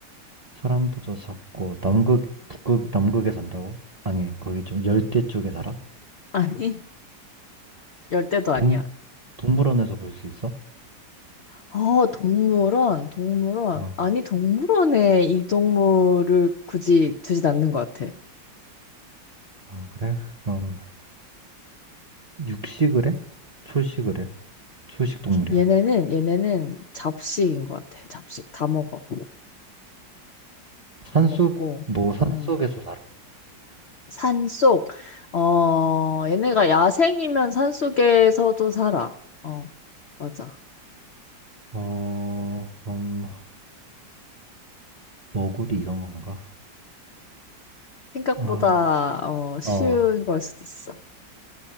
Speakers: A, on the right (about 45°); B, on the left (about 75°).
A: 사람보다 작고 남극, 북극, 남극에 산다고? 아니, 거기 좀 열대 쪽에 살아?
B: 아니, 열대도 아니야.
A: 동, 동물원에서 볼 수 있어?
B: 어, 동물원, 동물원.
A: 아,
B: 아니, 동물원에 이 동물을 굳이 두진 않는 것 같아.
A: 아, 그래? 그럼 육식을 해? 초식을 해? 초식 동물이야.
B: 얘네는, 얘네는 잡식인 것 같아. 잡식. 다 먹어.
A: 산속,
B: 다 먹고.
A: 뭐 산속에서
B: 음.
A: 살아?
B: 산속. 어, 얘네가 야생이면 산속에서도 살아. 어, 맞아.
A: 어, 그럼 너구리 이런 건가?
B: 생각보다,
A: 아,
B: 어, 쉬운
A: 어,
B: 걸 수도 있어.